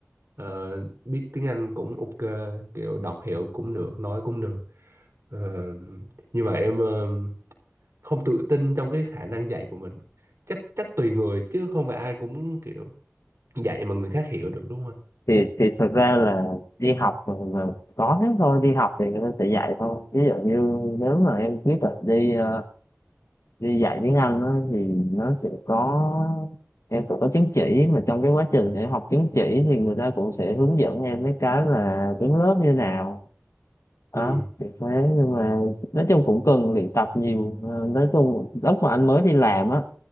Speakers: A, on the right; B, on the left.
A: Ờ, biết tiếng Anh cũng ok kiểu đọc hiểu cũng được nói cũng được Ờ, nhưng mà em ờ, không tự tin trong cái khả năng dạy của mình chắc chắc tùy người chứ không phải ai cũng kiểu dạy mà người khác hiểu được đúng không anh?
B: thì thì thật ra là đi học mà là có thế thôi đi học thì nó sẽ dạy thôi ví dụ như nếu mà em quyết định đi ờ, đi dạy tiếng Anh á, thì nó sẽ có em cũng có chứng chỉ mà trong cái quá trình để học chứng chỉ thì người ta cũng sẽ hướng dẫn em mấy cái là đứng lớp như nào đó
A: ừ
B: thì thế nhưng mà nói chung cũng cần luyện tập nhiều Ờ, nói chung lúc mà anh mới đi làm á